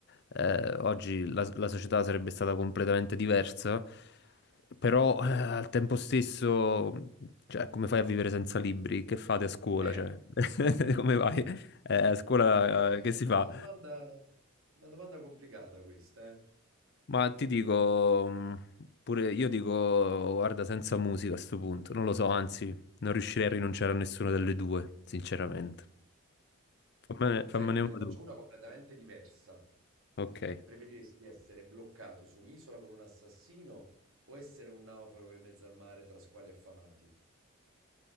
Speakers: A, on the left; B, on the right.
A: eh, oggi la la società sarebbe stata completamente diversa. Però eh, al tempo stesso, cioè, come fai a vivere senza libri? Che fate a scuola?
B: Eh,
A: Cioè, <laughs> come vai? Eh, a scuola
B: eh,
A: eh, che si fa?
B: è una domanda, una domanda complicata questa, eh.
A: Ma ti dico, mh, pure io dico, guarda, senza musica a sto punto, non lo so, anzi, non riuscirei a rinunciare a nessuna delle due, sinceramente. Fammene,
B: Senti,
A: fammene
B: te
A: una
B: ne faccio
A: tu.
B: una completamente diversa.
A: Ok.
B: Preferiresti essere bloccato su un'isola con un assassino o essere un naufrago in mezzo al mare tra squali affamati?